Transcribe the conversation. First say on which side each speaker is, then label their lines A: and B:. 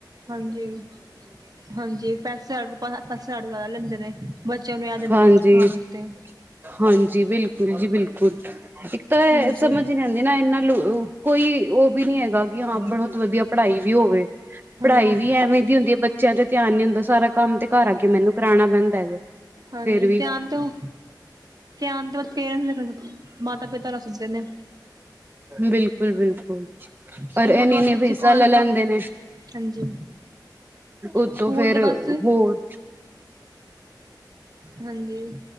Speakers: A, on the right; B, on the right.
A: ਹਾਂਜੀ-ਹਾਂਜੀ, ਪੈਸੇ-ਪੈਸੇ ਅਠ ਲੈਂਦੇ ਨੇ। ਬੱਚਿਆਂ ਨੂੰ ਇਹ ਦਿੰਦੇ
B: ਹਾਂਜੀ-ਹਾਂਜੀ,
A: ਨੇ ਬਸ ਖਾਣ ਵਾਸਤੇ
B: ਬਿਲਕੁਲ ਜੀ ਬਿਲਕੁਲ। ਇੱਕ ਤਾਂ
A: ਹਾਂਜੀ
B: ਸਮਝ ਹੀ ਨੀ ਆਉਂਦੀ ਨਾ ਇੰਨਾ ਕੋਈ ਉਹ ਇਹ ਵੀ ਨੀ ਹੈਗਾ ਕਿ ਹਾਂ ਬਹੁਤ ਵਧੀਆ ਪੜ੍ਹਾਈ ਵੀ ਹੋਵੇ
A: ਹਾਂਜੀ
B: ਪੜ੍ਹਾਈ ਵੀ ਐਵੇਂ ਦੀ ਹੁੰਦੀ ਹੈ, ਬੱਚਿਆਂ ਤੇ ਧਿਆਨ ਨੀ ਹੁੰਦਾ। ਸਾਰਾ ਕੰਮ ਤੇ ਘਰ ਆ ਕੇ ਮੈਨੂੰ ਕਰਾਉਣਾ ਪੈਂਦਾ ਹੈਗਾ
A: ਹਾਂਜੀ
B: ਫੇਰ ਵੀ
A: ਧਿਆਨ ਤੋਂ ਧਿਆਨ ਤੋਂ ਪੇਰੈਂਟਸ ਨੇ, ਮਾਤਾ ਪਿਤਾ ਰੱਸਦੇ ਨੇ
B: ਬਿਲਕੁਲ-ਬਿਲਕੁਲ!
A: ਸਕੂਲ
B: ਪਰ ਇਹਨੀ-
A: ਤੋਂ ਬਸ
B: ਇਹਨੀ
A: ਬੱਚੇ
B: ਵੀਸਾ
A: ਕੋਣ
B: ਲੈ ਲੈਂਦੇ ਨੇ।
A: ਹਾਂਜੀ
B: ਉਤੋਂ
A: ਸਕੂਲ
B: ਫੇਰ
A: ਤੇ ਬਸ
B: ਹੋਰ
A: ਹਾਂਜੀ,